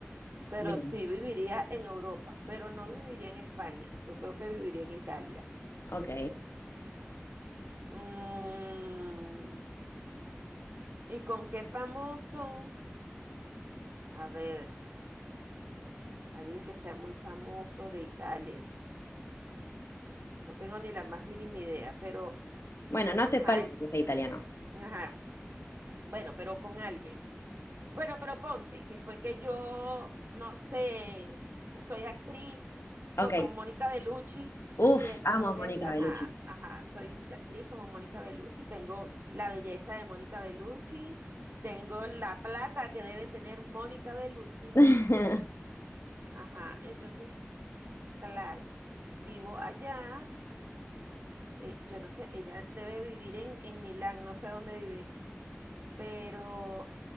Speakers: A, on the right; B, on the left.
A: Pero
B: Bien.
A: sí viviría en Europa, pero no viviría en España. Yo creo que viviría en Italia.
B: Ok.
A: Mm, ¿y con qué famoso? A ver, alguien que sea muy famoso de Italia. No tengo ni la más mínima idea, pero,
B: Bueno, no hace
A: ajá,
B: falta
A: en-
B: que sea italiano.
A: ajá. Bueno, pero con alguien. Bueno, pero ponte, que fue que yo, no sé, soy actriz como
B: Ok.
A: Mónica Bellucci
B: Uf,
A: y entonces,
B: amo a Mónica
A: ajá,
B: Bellucci.
A: ajá, soy actriz como Mónica Bellucci, tengo la belleza de Mónica Bellucci, tengo la plata que debe tener Mónica Bellucci,
B: <laughs>
A: ajá, entonces, claro, vivo allá, eh, yo no sé, ella debe vivir en, en Milán, no sé dónde vive, pero